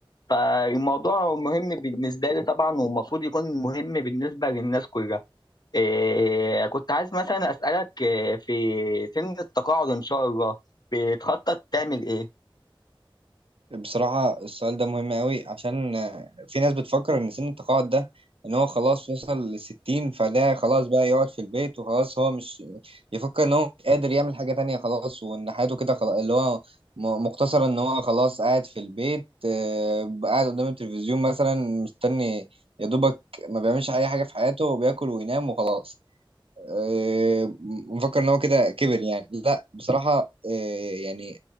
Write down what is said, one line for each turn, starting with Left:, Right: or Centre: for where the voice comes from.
Left: فالموضوع مهم بالنسبه لي طبعا والمفروض يكون مهم بالنسبه للناس كلها إيه كنت عايز مثلا أسألك إيه، في سن التقاعد إن شاء الله بتخطط تعمل إيه؟
Right: بصراحة السؤال ده مهم قوي عشان آه، في ناس بتفكر إن سن التقاعد ده إن هو خلاص وصل للستين فده خلاص بقى يقعد في البيت وخلاص هو مش يفكر إن هو مش قادر يعمل حاجة تانية خلاص وإن حياته كده خلاص اللي هو م- مقتصرة إن هو خلاص قاعد في البيت آه، قاعد قدام التلفزيون مثلا مستني يا دوبك ما بيعملش أي حاجة في حياته وبياكل وينام وخلاص آه، مفكر ان هو كده كبر يعني لا بصراحه آه، يعني